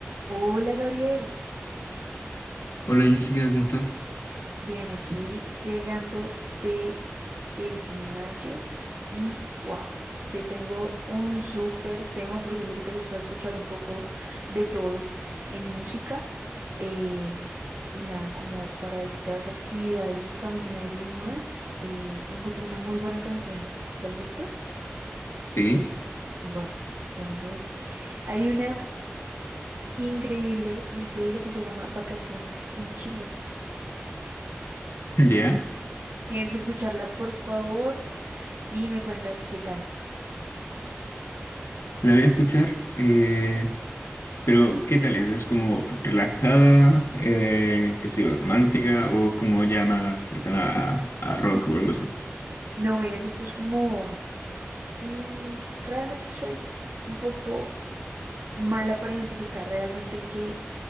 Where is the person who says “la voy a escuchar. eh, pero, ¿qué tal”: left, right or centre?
Left